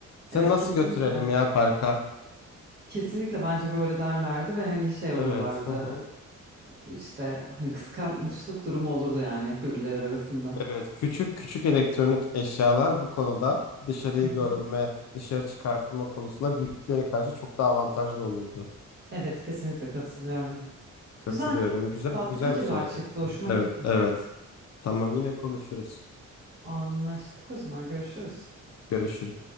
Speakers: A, on the left; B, on the right.
A: Sen
B: Evet
A: nasıl
B: kesinlikle.
A: götürelim ya parka?
B: Kesinlikle bence böyle derlerdi ve hani şey olurlardı
A: Evet. hı hı.
B: e, işte hani kıskançlık durumu olurdu yani birbirleri arasında.
A: Evet, küçük küçük elektronik eşyalar bu konuda dışarıyı
B: Hı hı.
A: görme, dışarı çıkartılma konusunda büyüklere karşı çok daha avantajlı olurdu.
B: Evet kesinlikle katılıyorum.
A: Katılıyorum.
B: Güzel.
A: Güzel
B: Tatlı
A: güzel
B: fikirler
A: bir sohbetti.
B: çıktı. Hoşuma
A: Evet,
B: gitti.
A: evet. Tamam yine konuşuruz.
B: Anlaştık o zaman görüşürüz.
A: Görüşürüz.